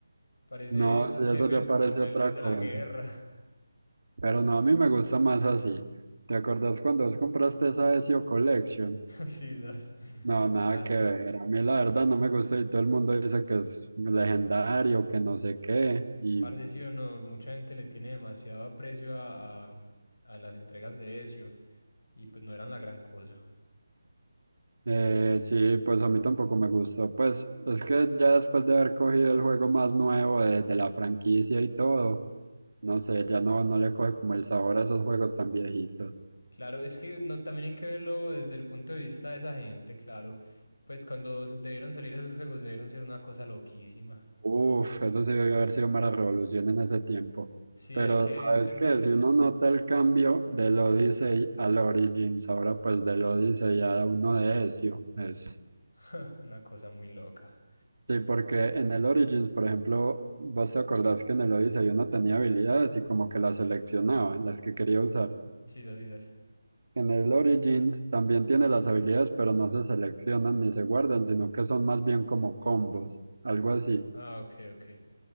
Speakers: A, on the left; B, on the right.
A: Parece
B: No,
A: esos
B: si eso
A: jefes
B: ya parece
A: como el
B: otra
A: dios de
B: cosa.
A: la guerra.
B: Pero no, a mí me gusta más así. ¿Te acordás cuando vos compraste esa SEO Collection?
A: <laughs> Así, das.
B: No, nada
A: A esa,
B: que ver. A mí la verdad no me gusta y todo el mundo dice que es legendario, que no sé qué. Y
A: parce, sí o no, mucha gente le tiene demasiado aprecio a, a, a las entregas de Ezio, y pues no eran la gran cosa.
B: Eh, sí, pues a mí tampoco me gustó. Pues es que ya después de haber cogido el juego más nuevo de, de la franquicia y todo, no sé, ya no, no le coge como el sabor a esos juegos tan viejitos.
A: Claro, es que no, también hay que verlo desde el punto de vista de esa gente, claro. Pues cuando se- debieron salir esos juegos debieron ser una cosa loquísima.
B: Uf, eso sí debió haber sido mera revolución en ese tiempo.
A: Sí,
B: Pero
A: hay que entenderlos.
B: sabes que si uno nota el cambio del Odyssey al Origins, ahora pues del Odyssey a uno de Ezio, es...
A: <laughs> Una cosa muy loca.
B: Sí, porque en el Origins, por ejemplo, vos te acordás que en el Odyssey uno tenía habilidades y como que las seleccionaba, las que quería usar.
A: Sí, sí, sí. sí.
B: En el Origins también tiene las habilidades, pero no se seleccionan ni se guardan, sino que son más bien como combos, algo así.
A: Ah, ok, ok.